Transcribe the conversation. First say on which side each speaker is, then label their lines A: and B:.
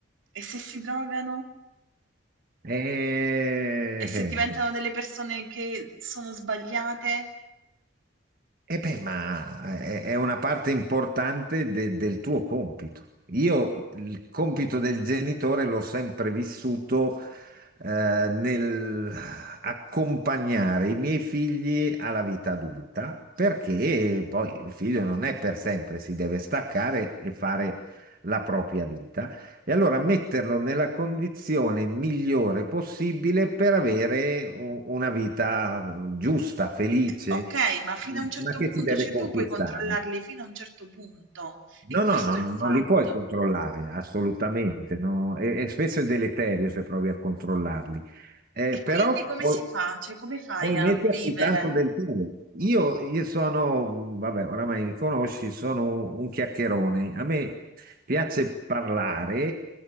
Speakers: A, on the right (about 75°); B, on the right (about 45°).
A: e se si drogano
B: Eh,
A: e se
B: eh,
A: diventano
B: eh.
A: delle persone che sono sbagliate,
B: E beh, ma eh, è è una parte importante de- del tuo compito. Io il compito del genitore l'ho sempre vissuto eh, nel accompagnare i miei figli alla vita adulta, perché poi il figlio non è per sempre, si deve staccare e fare la propria vita. E allora metterlo nella condizione migliore possibile per avere u- una vita mm, giusta, felice
A: ok, ma fino a un certo
B: ma che
A: punto,
B: si deve
A: cioè
B: conquistare?
A: tu puoi controllarli fino a un certo punto e
B: No,
A: questo
B: no, no,
A: è il fatto.
B: non li puoi controllare, assolutamente, no. E, e spesso è deleterio se provi a controllarli. Eh,
A: E
B: però
A: quindi come
B: puoi,
A: si fa? Cioè come fai
B: puoi
A: a
B: metterci
A: vivere?
B: tanto del tuo. Io, io sono, vabbè, oramai mi conosci, sono un chiacchierone. A me piace parlare